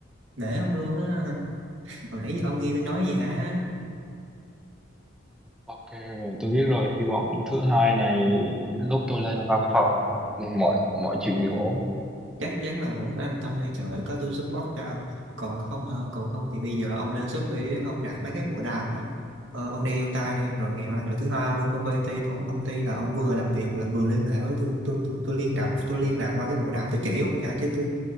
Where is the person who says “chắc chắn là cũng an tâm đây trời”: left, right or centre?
Right